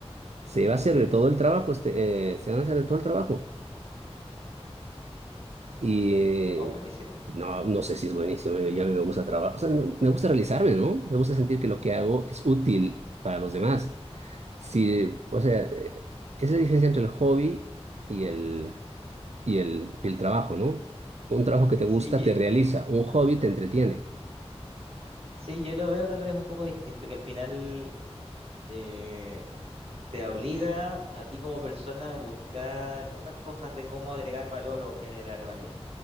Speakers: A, on the right (about 85°); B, on the right (about 60°).
A: Se va a hacer
B: Sí,
A: de todo el trabajo, este, eh, se van a hacer de todo el trabajo. Y eh,
B: no, buenísimo.
A: no, no sé si es buenísimo, yo, ya a mí me gusta trabajar, o sea, no- me gusta realizarme, ¿no? Me gusta sentir que lo que hago es útil para los demás. Sí, o sea, eh, es la diferencia entre el hobby y el, y el, y el trabajo, ¿no? Un trabajo que te
B: Sí,
A: gusta
B: ye-
A: te realiza, un hobby te entretiene,
B: sí, yo lo veo tal vez un poco distinto, que al final eh, te obliga a ti como persona a buscar otras cosas de cómo agregar valor o generar valor,